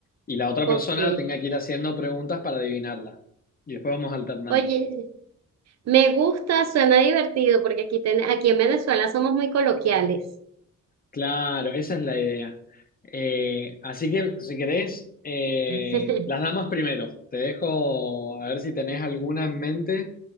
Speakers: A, on the left; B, on the right.
A: y la otra
B: Ok.
A: persona tenga que ir haciendo preguntas para adivinarla. Y después vamos alternando.
B: Oye, me gusta, suena divertido porque aquí, ten- aquí en Venezuela somos muy coloquiales.
A: Claro, esa es la idea. Eh, así que si querés, eh,
B: <laughs>
A: las damas primero. Te dejo a ver si tenés alguna en mente